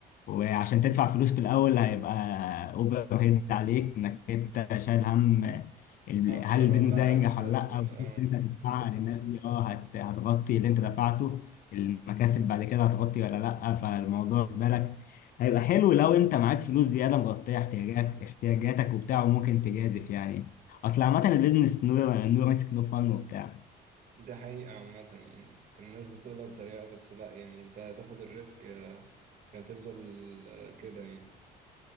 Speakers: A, on the left; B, on the right.
A: وعشان تدفع فلوس في الأول هيبقى أوفر هيد عليك إنك أنت شايل هم ال-
B: هخسر
A: هل البيزنس
B: ولا
A: ده ينجح
B: هكسب
A: ولا لأ
B: ولا
A: والفلوس
B: اه
A: اللي أنت هتدفعها للناس دي أه هت- هتغطي اللي أنت دفعته المكاسب بعد كده هتغطي ولا لأ فالموضوع بالنسبة لك هيبقى حلو لو أنت معاك فلوس زيادة مغطية احتياجاتك احتياجاتك وبتاع وممكن تجازف يعني أصل عامة البيزنس نو نو ريسك نو فن وبتاع
B: دي حقيقة عامة يعني كان الناس بتقولها بطريقة بس لا يعني انت هتاخد الريسك يا- يا هتفضل آه، كده يعني